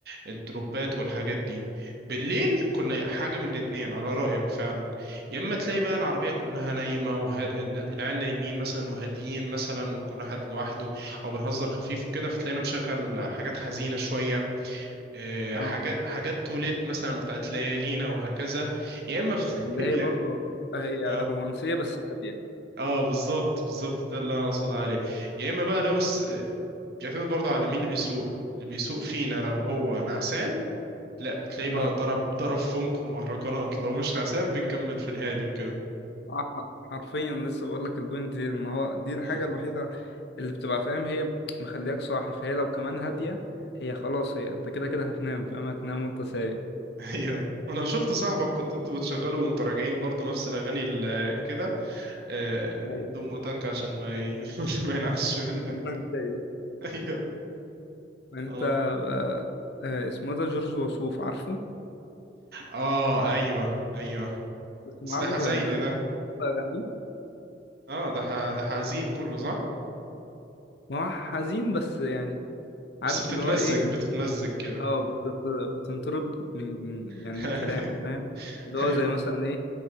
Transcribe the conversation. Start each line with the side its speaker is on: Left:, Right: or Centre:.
Right: الدروبات والحاجات دي بالليل كنا
Left: اه
Right: حاجه من الاتنين على رايك فعلا يا اما تلاقي بقى العربيه كلها نايمه وه... العيال نايمين مثلا وهاديين مثلا وكل واحد لوحده او بنهزر خفيف وكده فتلاقينا مشغل حاجات حزينه شويه آه،
Left: اه
Right: حاجات حاجات توليت مثلا بتاعت ليالينا وهكذا يا اما في... <laughs>
Left: اللي
Right: يا...
Left: هي برضه هي
Right: اه
Left: رومانسية بس هادية
Right: اه بالظبط بالظبط ده اللي انا اقصد عليه يا اما بقى لو س... بيعتمد برضه على مين اللي بيسوق اللي بيسوق فينا لو هو نعسان لا بتلاقيه
Left: <laughs>
Right: بقى ضرب ضرب فنك ومهرجانات لو مش نعسان بنكمل في الهادي وكده
Left: آه، حرفيا لسه بقول لك البوينت دي ان هو دي الحاجة
Right: مم.
Left: الوحيدة اللي بتبقى فاهم هي مخلياك صاحي فهي لو كمان هادية
Right: مم.
Left: هي خلاص هي انت كده كده هتنام فاهم هتنام وانت سايق
Right: <laughs> ايوه انا شفت صاحبك كنت انتوا بتشغلوا وانتوا راجعين برضه نفس الاغاني ال- كده آه،
Left: ايوه
Right: دم وتك عشان ما ي... <laughs> ما ينعش منك
Left: انت سايق
Right: <laughs> ايوه
Left: انت
Right: اه
Left: آه، آه، اسمه ده جورج وسوف عارفه
Right: اه ايوه ايوه
Left: تسمع
Right: بس ده حزين
Left: له ولا
Right: ده
Left: اغانيه
Right: اه ده ح... ده حزين كله صح
Left: ما هو حزين بس يعني
Right: بس
Left: عارف
Right: بتتمزج
Left: اللي هو ايه انت
Right: بتتمزج كده
Left: اه بتط- بتنطرب من يعني
Right: <laughs>
Left: من كلامه فاهم اللي هو
Right: ايوه
Left: زي مثلا ايه